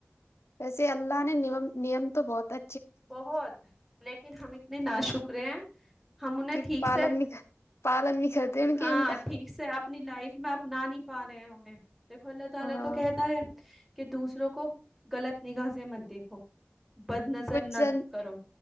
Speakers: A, on the left; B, in the centre.
A: ویسے اللہ نے نیم نیم تو بہت ا
B: بہت لیکن ہم اتنے نا شکرے ہیں ہم انہیں
A: کہ
B: ٹھیک
A: پالن
B: سے
A: نہیں پالن نہیں کرتے ان کی
B: ہاں
A: ان کا
B: ٹھیک سے اب اپنی لائف میں اپنا نہیں پا رہے ہیں ہمیں دیکھو اللہ تعالی
A: ہاں
B: تو کہتا ہے کے دوسروں کو غلط نگاہ سے مت دیکھو بدنظ زن
A: کچھ
B: مت
A: جن
B: کرو